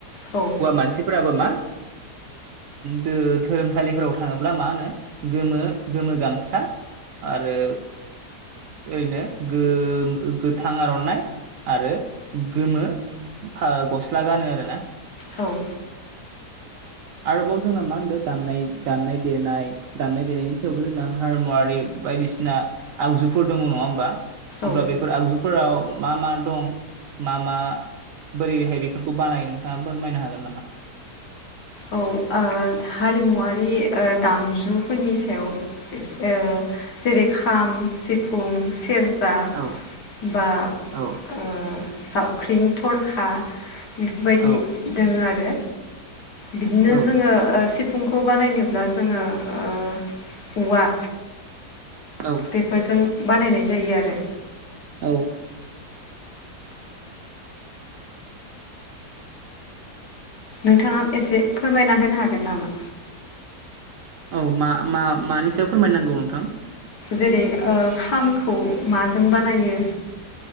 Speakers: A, on the left (about 80°); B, on the right (about 70°).
A: औ
B: मानसिफोराबो मा दो धोरोमसालिफोराव थाङोब्ला मा होनो गोमो गोमो गामसा आरो ओरैनो गोम ओ गोथां आर'नाइ आरो गोमो फा गस्ला गानो आरो ना
A: औ
B: आरोबाव जोंना मा होनदों दामनाय दामनाय देनाय दामनाय देनायनि सायावबो जोंना हारमुवारि बायदिसिना आगजुफोर दङ नङा ओमबा अब्ला
A: औ
B: बेफोर आगजुफोराव मा मा दं मा मा बोरैहाय बेफोरखौ बानायो नोंथाङा फोरमायनो हागोन नामा?
A: औ ओ हारिमुवारि ओ दामजुफोरनि सायाव ओ जेरै खाम सिफुं सेर जा
B: औ
A: बा
B: औ
A: ओ जाबख्रिं थरखा बेफोरबायदि
B: औ
A: दङो आरो बिदिनो
B: औ
A: जोङो ओ फुुंखौ बानायनोब्ला जोङो ओ औवा
B: औ
A: बेफोरजों बानायनाय जायो आरो
B: औ
A: नोंथाङा एसे फोरमायना होनो हागोन नामा?
B: औ मा मा मानि सायाव फोरमायनांगौ नोंथां?
A: जेरै ओ खामखौ माजों बानायो